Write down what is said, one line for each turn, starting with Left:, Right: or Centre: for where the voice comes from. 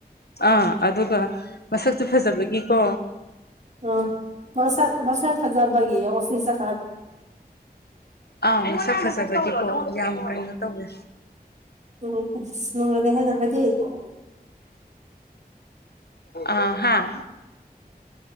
Left: ꯑꯥ ꯑꯗꯨꯒ ꯃꯁꯛꯇꯨ ꯐꯖꯕꯒꯤꯀꯣ
Right: ꯑꯥ ꯃꯁꯛ ꯃꯁꯛ ꯐꯖꯕꯒꯤ ꯑꯣꯐꯤꯁ ꯆꯥ
Left: ꯑꯥ ꯃꯁꯛ ꯐꯖꯕꯒꯤꯀꯣ ꯌꯥꯝ ꯀꯩꯅꯣ ꯇꯧꯋꯦ
Right: <unintelligible>
Left: ꯑꯥ ꯍꯥꯥ